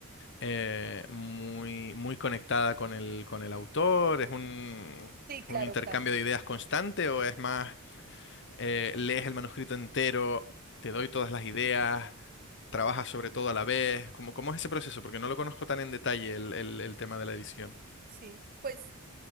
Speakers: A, on the left; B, on the right.
A: eh, muy, muy conectada con el, con el autor, es un,
B: Sí, claro,
A: un intercambio
B: claro.
A: de ideas constante o es más eh, lees el manuscrito entero, te doy todas las ideas, trabajas sobre todo a la vez. ¿Cómo, cómo es ese proceso? Porque no lo conozco tan en detalle el, el- el tema de la edición.
B: Sí, pues